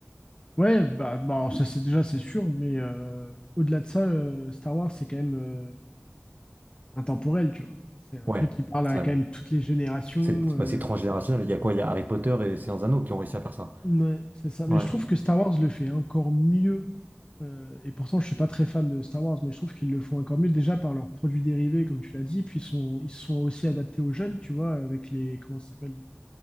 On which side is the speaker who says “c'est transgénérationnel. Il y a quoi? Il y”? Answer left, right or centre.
Right